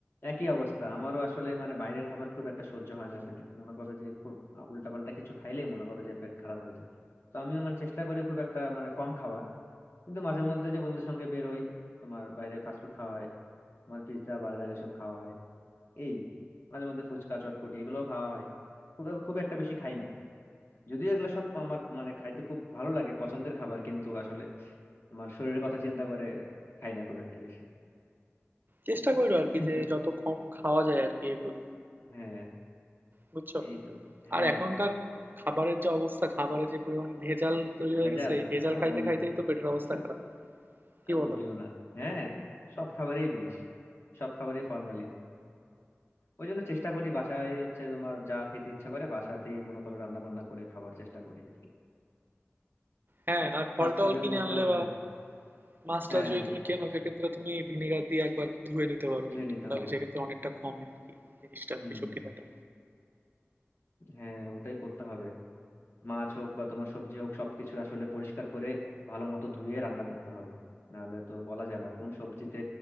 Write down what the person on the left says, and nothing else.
একই অবস্থা আমারও আসলে মানে বাইরের খাবার খুব একটা সহ্য হয় না পেটে মনে করো যে খুব উল্টাপাল্টা কিছু খাইলেই মনে করো যে পেট খারাপ হয়ে যায় তো আমিও মানে চেষ্টা করি খুব একটা মানে কম খাওয়ার কিন্তু মাঝে মধ্যে যে বন্ধুদের সঙ্গে বের হই তোমার বাইরে ফাস্টফুড খাওয়া হয় তোমার পিৎজা বার্গার এসব খাওয়া হয় এই মাঝে মধ্যে ফুচকা চটপটি এগুলোও খাওয়া হয় খুব খুব একটা বেশি খাই না যদিও এগুলা সব আমার মানে খাইতে খুব ভালো লাগে পছন্দের খাবার কিন্তু আসলে আমার শরীরের কথা চিন্তা করে খাই না খুব একটা বেশি
<laughs>
হ্যাঁ
এই তো হ্যাঁ
ভেজাল
আর
বলিও
না
<laughs>
আর
বলিও না হ্যাঁ সব খাবারেই বিষ সব খাবারেই ফরমালিন ওই জন্য চেষ্টা করি বাসায় হচ্ছে তোমার যা খেতে ইচ্ছা করে বাসাতেই মনে করো রান্না বান্না করে খাওয়ার চেষ্টা করি আর কি
ফাস্ট
ফুডের
মধ্যেও
হ্যাঁ
হ্যাঁ
হ্যাঁ
ধুয়ে
নিতে
হবে
হুম
হ্যাঁ ওটাই করতে হবে মাছ হোক বা তোমার সবজি হোক সবকিছু আসলে পরিষ্কার করে ভালো মতো ধুয়ে রান্না করতে হবে নাহলে তো বলা যায় না কোন সবজিতে